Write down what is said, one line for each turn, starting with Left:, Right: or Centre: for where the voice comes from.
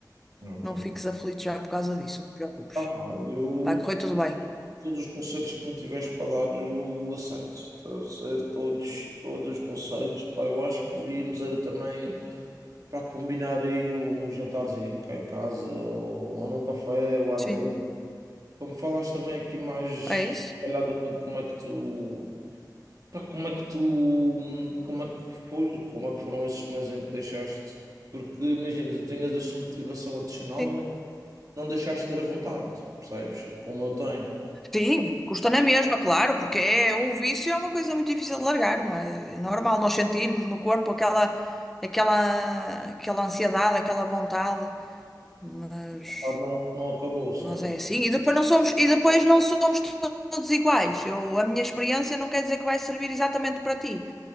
Right: Ok.
Centre: não fiques aflito já por causa disso, não te preocupes.
Right: Ah, eu,
Centre: Vai correr tudo bem.
Right: todos os conselhos que me tiveres para dar, eu aceito. Está a ser todos, todos os conselhos. Pá, eu acho que devíamos era também para combinar aí um jantarzinho cá em casa ou, ou num café ao ar
Centre: Sim.
Right: livre. Para me falares também aqui mais
Centre: É isso?
Right: detalhadamente como é que tu, pá, como é que tu, como é que foi, como é que foram esses meses em que deixaste? Porque imagina, tu tinhas essa motivação adicional,
Centre: Sim.
Right: mas não deixaste de ter a vontade, percebes? Como eu tenho.
Centre: Sim, custa na mesma, claro, porque é um vício é uma coisa muito difícil de largar, não é? É normal nós sentirmos no corpo aquela, aquela, aquela ansiedade, aquela vontade, mas
Right: A vontade não, não acabou, sabes?
Centre: Mas é assim. E depois não somos, e depois não somos to- todos iguais. Eu, a minha experiência não quer dizer que vai servir exatamente para ti.